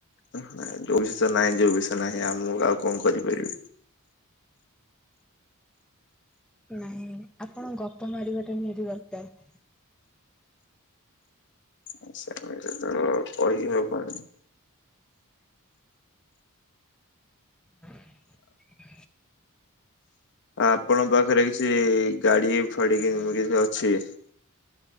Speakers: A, on the left; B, in the centre.
A: ଓ ହୋ ନା ଯୋଉ ବିଷୟରେ ନାହିଁ ଯେଉ ବିଷୟ ନାହିଁ ଆଉ ମୁଁ ଆଉ କଣ କରିପାରିବି।
B: ନାହିଁ, ଆପଣ ଗପ ମାରିବାଟା ନିହାତି ଦରକାର।
A: <inaudible> ଅ, ପଳେଇଥିଲ କୁଆଡେ?
B: ହୁଁ
A: ଆପଣଙ୍କ ପାଖରେ କିଛି ଗାଡି ଫାଡି କି ଉଁ, କିଛି ଅଛି?